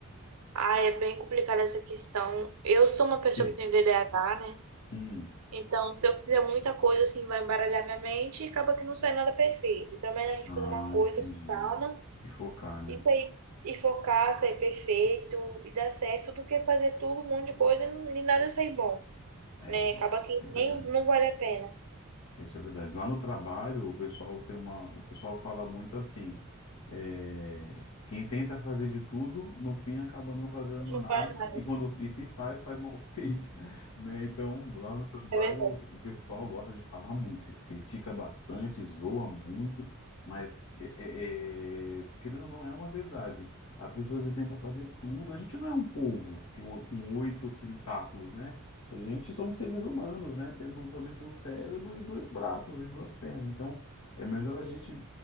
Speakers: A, on the right (about 80°); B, on the left (about 75°).
A: Ah, é bem complicada essa questão. Eu sou uma pessoa
B: E-
A: que tem D D a DDAH, né?
B: Hum.
A: Então, se eu fizer muita coisa, assim, vai embaralhar minha mente e acaba que não sai nada perfeito. Então, é melhor a gente
B: Ah,
A: fazer uma coisa
B: entendi.
A: com calma
B: E focar, né?
A: e sair e focar, sair perfeito e dar certo do que fazer tudo, um monte de coisa e não- e nada sair bom,
B: É,
A: né?
B: é
A: Acaba que nem
B: verdade.
A: não vale a pena.
B: Isso é verdade. Lá no trabalho, o pessoal tem uma, o pessoal fala muito assim, é, quem tenta fazer de tudo, no fim acaba não fazendo
A: Não
B: nada,
A: faz nada,
B: e quando e se faz, faz mal <laughs> feito, né? Então, lá no trabalho,
A: é verdade.
B: o pessoal gosta de falar muito, se critica bastante, zoa muito, mas é, é, é, querendo ou não é uma verdade. A pessoa se tenta fazer tudo. A gente não é um polvo que o- com oito tentáculos, né? A gente somos seres humanos, né? Temos somente um cérebro e dois braços e duas pernas. Então, é melhor a gente